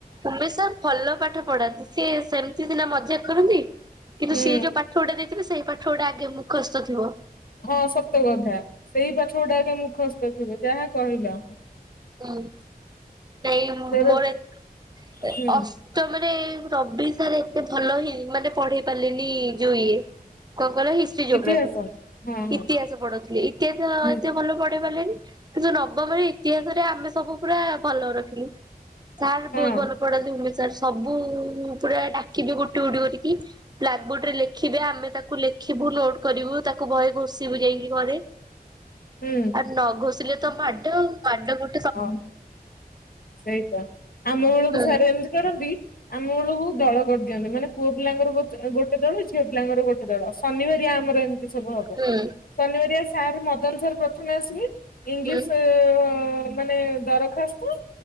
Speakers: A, on the right; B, on the left.
A: ଉମେଶ୍ ସାର୍ ଭଲ ପାଠ ପଢାନ୍ତି ସିଏ ସେମିତି ସିନା ମଜା କରନ୍ତି କିନ୍ତୁ
B: ହୁଁ
A: ସିଏ ଯଉ ପାଠ୍ ଠ ଗୁଟେ ଦେଇଥିଲେ ସେଇ ପାଠ ଗୁଡା ଆଗେ ମୁଖସ୍ଥ ଥିବ।
B: ହଁ ସତକଥା ସେଇ ପାଠ ଗୁଡାକ ମୁଖସ୍ତ ଥିବ ଯାହା କହିଲ।
A: ହୁଁ ସେଇ
B: ସେରା
A: ମୋର
B: ହୁଁ
A: ଅ ତ ମାନେ ରବି ସାର୍ ଏତେ ଭଲ ହିଁ ମାନେ ପଢେଇ ପାରିଲେନି ଯୋଉ ଇଏ। କଣ କହିଲ ହିଷ୍ଟ୍ରି ଜୋଗ୍ରାଫି
B: ଇତିହାସ ହଁ ହଁ
A: ଇତିହାସ ପଢଉଥିଲେ ଇତିହାସ
B: ହୁଁ
A: ଏତେ ଭଲ ପଢେଇ ପାରିଲେନି। କିନ୍ତୁ ନବମରେ ଇତିହାସରେ ଆମେ ସବୁ ପୁରା ଭଲ ରଖିଲୁ। ସାର୍
B: ହଁ
A: ବହୁତ୍ ଭଲ ପଢ଼ାନ୍ତି ଇଂଲିଶ୍ ସାର୍ ସବୁ ପଳାଏ ଆଖି ଯୋଉ ଗୋଟି ଗୋଟି କରିକି। ବ୍ଲାକ୍ ବୋର୍ଡ ରେ ଲେଖିବେ ଆମେ ତାକୁ ଲେଖିବୁ ନୋଟ କରିବୁ ତାକୁ ବହେ ଘୋଷିବୁ ଯାଇକି ଘରେ।
B: ହୁଁ
A: ଆ ନ ଘୋଷିଲେ ତ ମାଡ ମାଡ ଗୋ
B: ହଁ ସେଇତ ଆମ ମାନଙ୍କୁ
A: ହୁଁ
B: ସାର ଏମିତି କରନ୍ତି। ଆମ ବେଳକୁ ଦଳ କରିଦିଅନ୍ତି ମାନେ ପୁଅ ପିଲାଙ୍କର ଗୋଟେ ଦଳ ଝିଅ ପିଲାଙ୍କର ଗୋଟେ ଦଳ ଶନିବାରିଆ ଆମର ଏମି ତି ସବୁ ହବ
A: ହୁଁ
B: ଶନିବାରଆ ସାର୍ ମଦନ ସାର୍ ପ୍ରଥମେ ଆସିକି ଇଂଲିଶ
A: ହୁଁ
B: ମାନେ ଦରଖାସ୍ତ